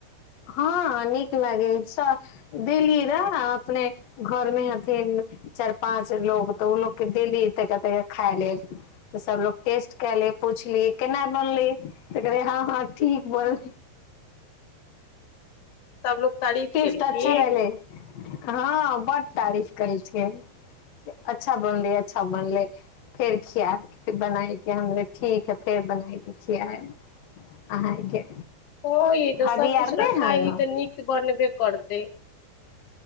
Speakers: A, on the left (about 65°); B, on the left (about 85°).
A: हँ नीक लागै सभ देली रहए अपने घरमे हथिन चारि पाँच लोग तऽ ओ लोकके देली तेक कतेकके खाय लेल तऽ सभलो टेस्ट कए ले पुछली केना बनली त कह हँ हँ ठीक बोल
B: सबलोग तारीफ
A: अच्छा
B: केलखिन
A: रहल हँ बड तारीफ कलथिन अच्छा बनले अच्छा बनले फेर खायब बनाय के हमले ठीक है फेर बनाय के खआब अहाँके
B: ह ह
A: भाभी
B: त सबकुछ
A: आर नहि
B: रखा
A: है
B: ह
A: ने
B: तऽ नीक निक बनबै करतै